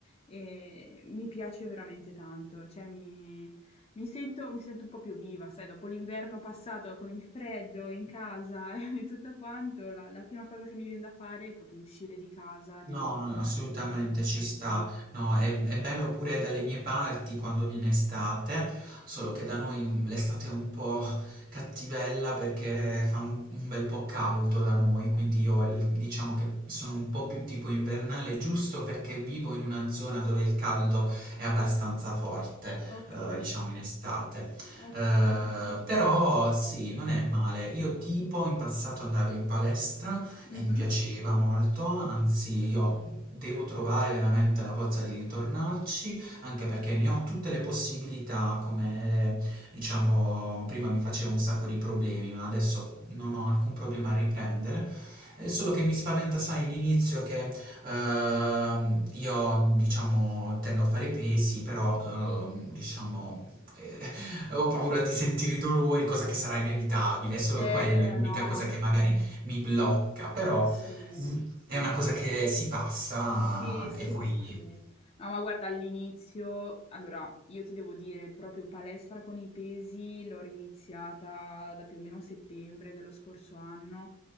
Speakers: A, on the left; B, on the right.
A: eh, mi piace veramente tanto. Cioè, mi, mi sento, mi sento un po' più viva, sai, dopo l'inverno passato con il freddo in casa <laughs> e tutto quanto, la, la prima cosa che mi viene da fare è proprio uscire di casa, ne
B: No,
A: ho proprio
B: no, no,
A: veramente
B: assolutamente
A: bisogno.
B: ci sta. No, è, è bello pure dalle mie parti quando viene estate, solo che da noi l'estate è un po' cattivella perché fa un, un bel po' caldo da noi, quindi io il- diciamo che sono un po' più tipo invernale, giusto perché vivo in una zona dove il caldo è abbastanza forte,
A: Ok,
B: eh, diciamo in estate.
A: ok.
B: Eh, però sì, non è male. Io tipo in passato andavo in palestra
A: Mhm.
B: e mi piaceva molto, anzi io devo trovare veramente la forza di ritornarci, anche perché ne ho tutte le possibilità, come diciamo prima mi facevo un sacco di problemi, ma adesso non ho alcun problema a riprendere. Eh, Solo che mi spaventa, sai, l'inizio che ehm, io, diciamo, tendo a fare pesi, però, ehm, diciamo, eh, <laughs> ho paura di sentire i dolori, cosa che sarà inevitabile, è solo
A: Eh,
B: quello, l'unica
A: no,
B: cosa
A: ma
B: che magari mi blocca, però
A: sì.
B: è una cosa che si passa
A: Sì, sì,
B: e poi...
A: sì, sì, sì. No, ma guarda, all'inizio, allora, io ti devo dire, proprio palestra con i pesi l'ho riniziata da più o meno settembre dello scorso anno